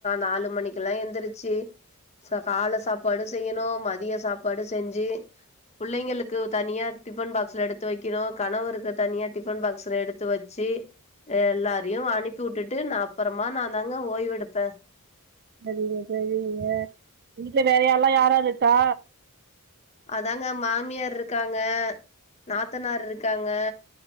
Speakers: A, on the left; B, on the right.
A: நாலு மணிக்குலா எந்துரிச்சு ச கால சாப்பாடு செய்யணு மதிய சாப்பாடு செஞ்சு புள்ளைங்களுக்கு தனியா டிஃபன் பாக்ஸ்ல எடுத்து வைக்கணு கணவருக்கு தனியா டிஃபன் பாக்ஸ்ல எடுத்து வச் ச்சி எல்லாரையு அனுப்பி உட்டுட்டு நா அப்பறமா நாதாங்க ஓய்வெடுப்ப
B: சரிங்க சரிங்க வீட்ல வேற யார்லா யாராருக்கா
A: அதாங்க மாமியார் ருக்காங்க நாத்தனார் இருக்காங்க